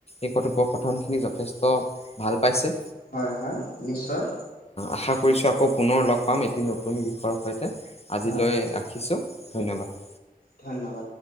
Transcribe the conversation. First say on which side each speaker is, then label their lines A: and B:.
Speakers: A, on the left (about 40°); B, on the left (about 80°).
A: এই কথোপকথনখিনি যথেষ্ট ভাল, পাইছে।
B: হয়, হয়। নিশ্চয়।
A: আশা কৰিছোঁ আকৌ, পুনৰ লগ পাম এটি নতুন বিষয়ৰ সৈতে। আজিলৈ
B: হয়
A: ৰাখিছোঁ, ধন্যবাদ।
B: ধন্যবাদ